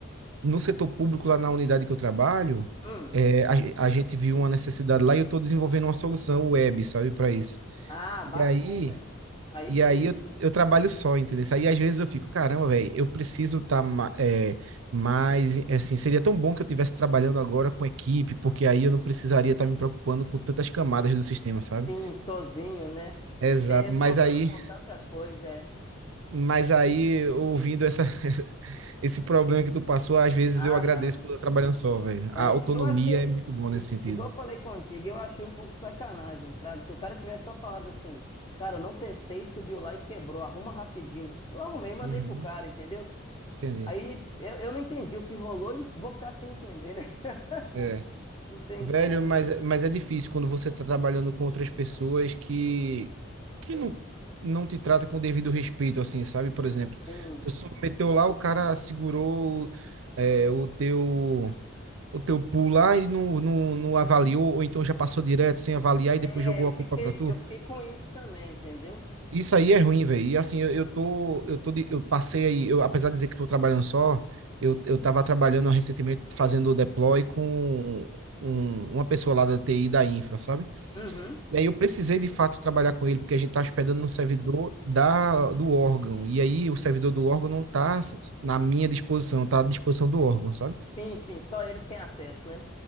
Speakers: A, on the right; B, on the left.
A: no setor público lá na unidade que eu trabalho,
B: Hum.
A: é, a, ge- a gente viu uma necessidade lá e eu estou desenvolvendo uma solução web, sabe, para isso.
B: Ah,
A: E
B: bacana,
A: aí,
B: hein? Aí
A: e
B: sim.
A: aí eu, eu trabalho só, entendeu? Aí às vezes eu fico, caramba, velho, eu preciso estar mais, assim, seria tão bom que eu estivesse trabalhando agora com equipe, porque aí eu não precisaria estar me preocupando com tantas camadas do sistema, sabe?
B: Sim, sozinho, né?
A: Exato,
B: Ser responsável
A: mas aí,
B: por tanta coisa, é.
A: mas aí, ouvindo essa, <laughs> esse problema que tu passou, às vezes
B: Ah,
A: eu agradeço
B: não.
A: por estar trabalhando só, velho. A
B: É,
A: autonomia
B: e eu achei,
A: é muito boa nesse
B: i-
A: sentido.
B: igual eu falei contigo, eu achei um pouco de sacanagem, Fraga. Se o cara tivesse só falado assim, cara, eu não testei, subiu lá e quebrou, arruma rapidinho. Eu arrumei e mandei
A: Uhum,
B: pro cara, entendeu?
A: entendi.
B: Aí eu, eu não entendi o que rolou e vou ficar sem entender, né? <laughs>
A: É.
B: Não tem
A: Velho,
B: como.
A: mas, mas é difícil quando você tá trabalhando com outras pessoas que, que não, não te trata com o devido respeito, assim, sabe? Por exemplo,
B: Sim.
A: tu submeteu lá, o cara segurou é, o teu o teu pool lá e não, não, não avaliou, ou então já passou direto sem avaliar e
B: É,
A: depois jogou
B: eu
A: a
B: fiquei,
A: culpa pra tu.
B: eu fiquei com isso também, entendeu?
A: Isso aí é ruim, velho. E assim, eu, eu tô, eu tô, de- eu passei aí, eu, apesar de dizer que tô trabalhando só, eu, eu tava trabalhando recentemente fazendo deploy com um- uma pessoa lá da TI da infra, sabe?
B: Uhum.
A: E aí eu precisei de fato trabalhar com ele, porque a gente está hospedando no servidor da, do órgão. E aí o servidor do órgão não está na minha disposição, está à disposição do órgão, sabe?
B: Sim, sim, só eles têm acesso, né?